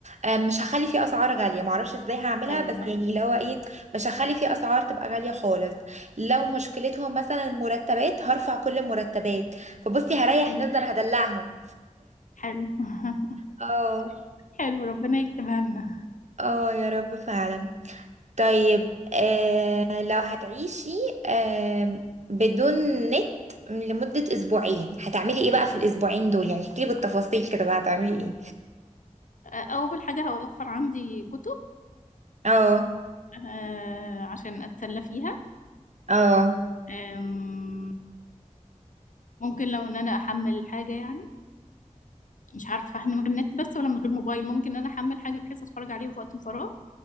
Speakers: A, on the right; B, on the left.
A: آه، مش هخلي في اسعار غالية معرفش ازاي هعملها
B: ايوه
A: بس يعني اللي هو ايه مش هخلي في اسعار تبقى غالية خالص لو مشكلتهم مثلا المرتبات هرفع كل المرتبات فبصي هريح
B: حلو
A: الناس ده انا هدلعهم
B: حلو <laughs>
A: اه
B: حلو ربنا يكتبها لنا
A: اه يا رب فعلا طيب آه لو هتعيشي آه بدون نت لمدة أسبوعين هتعملي ايه بقى في الأسبوعين دول يعني احكيلي بالتفاصيل كده بقى هتعملي ايه
B: أول حاجة هوفر عندي كتب
A: اه
B: آه عشان أتسلى فيها
A: اه
B: آم، ممكن لو إن أنا أحمل حاجة يعني مش عارفة إحنا من غير نت بس ولا من غير موبايل ممكن إن أنا أحمل حاجة بحيث أتفرج عليها في وقت الفراغ